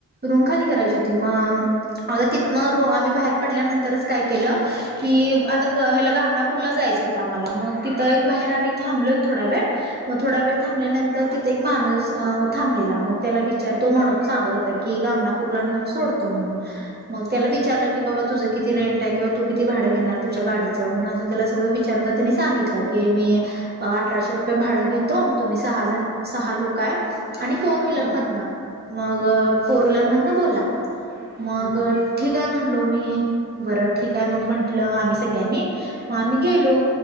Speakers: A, on the right; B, on the left.
A: रूम खाली करायची होती... मग... आता तिथनं आम्ही बाहेर पडल्यानंतरच काय केलं कि आता... ह्याला... गागनापूरला जायचं होतं आम्हाला... मग तिथं एक बाहेर आम्ही थांबलो एक थोडा वेळ मग थोडा वेळ थांबल्यानंतर... तिथे एक माणूस थांबलेला... मग त्याला विचारलं... तो म्हणत सांगत होता की गांगनापूरला नेऊन सोडतो म्हणून... मग त्याला विचारलं की बाबा तुझ किती रेंट आहे... किंवा तू किती भाडं घेणार तुझ्या गाडीचं म्हणून त्याला सगळं विचारून... तर त्यानी सांगितलं कि मी अठराशे रुपये भाडं घेतो... तुम्ही सहाजण... सहा लोकं हाये आणि फोर व्हीलर
B: हम्म,
A: मधनं... मग
B: हम्म,
A: फोर व्हीलर मधनं बोलला मग
B: हा
A: ठीक आहे म्हणलो मी... बरं ठीक आहे मग म्हंटलं आम्ही सगळ्यांनी मग आम्ही गेलो...